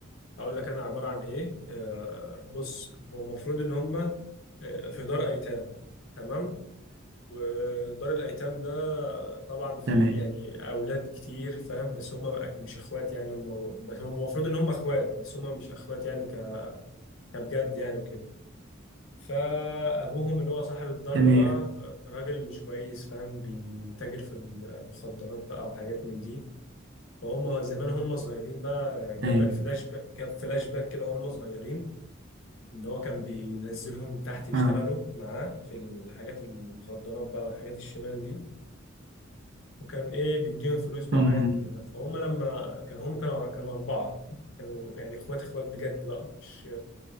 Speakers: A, on the left; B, on the right.
A: هقول لك انا عباره عن ايه آه، بص هو المفروض ان هم في دار ايتام تمام ودار الايتام ده طبعا فيه
B: تمام
A: يعني اولاد كتير فاهم بس هم مش اخوات يعني هم بس هم المفروض ان هم اخوات بس هم مش اخوات يعني ك- كبجد يعني وكده فابوهم اللي هو صاحب الدار
B: تمام
A: ده بقى آه، راجل مش كويس فاهم بيتاجر في المخدرات بقى وحاجات من دي فهم زمان هم صغيرين بقى جاب
B: ايوه
A: لك فلاش باك جاب فلاش باك كده هم صغيرين ان هو كان بينزلهم تحت يشتغلوا
B: اه
A: معاه في الحاجات المخدرات بقى والحاجات الشمال دي وكان ايه بيديهم فلوس بقى
B: أمم،
A: وحاجات من دي ده. فهم لما كان هم كانوا كانوا اربعه كانوا يعني اخوات اخوات بجد بقى مش